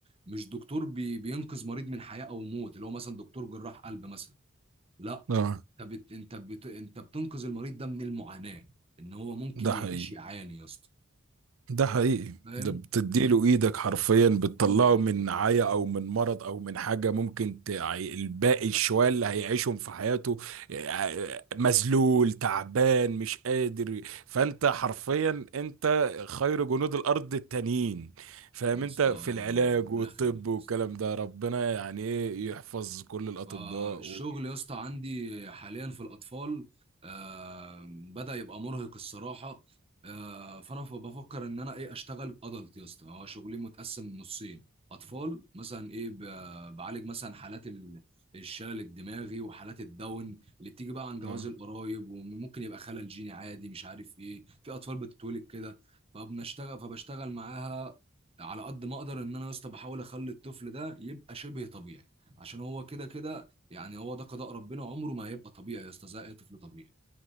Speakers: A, on the right (about 30°); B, on the right (about 85°).
A: مش دكتور بي بينقذ مريض من حياه او موت اللي هو مثلا دكتور جراح قلب مثلا لا
B: اه
A: انت بت انت بت انت بتنقذ المريض ده من المعاناه ان هو ممكن
B: ده
A: يعيش
B: حقيقي
A: يعاني يا اسطى
B: ده حقيقي
A: فاهم
B: ده بتديله ايدك حرفيا بتطلعه
A: اه آه.
B: من نعاية او من مرض او من حاجة ممكن تعي... الباقي الشوية اللي هيعيشهم في حياته آه، مذلول تعبان مش قادر فانت حرفيا انت خير جنود الارض التانيين فاهم
A: يا اسطى
B: انت في
A: آه،
B: العلاج
A: ربنا
B: والطب
A: يخليك
B: والكلام
A: يا اسطى.
B: ده ربنا يعني ايه يحفظ كل الاطباء
A: فالشغل يا اسطى عندي حاليا في الاطفال آه بدأ يبقى مرهق الصراحه آه فانا ف- بفكر ان انا ايه اشتغل ادلت يا اسطى هو شغلي متقسم نصين اطفال مثلا ايه ب- بعالج مثلا حالات ال- الشلل الدماغي وحالات الداون اللي بتيجي بقى عن جواز
B: و...
A: القرايب وممكن يبقى خلل جيني عادي مش عارف ايه في اطفال بتتولد كده فبنشتغل فبشتغل معاها على قد ما اقدر ان انا يا اسطى بحاول اخلي الطفل ده يبقى شبه طبيعي عشان هو كده كده يعني هو ده قضاء ربنا عمره ما هيبقى طبيعي يا اسطى زي اي طفل طبيعي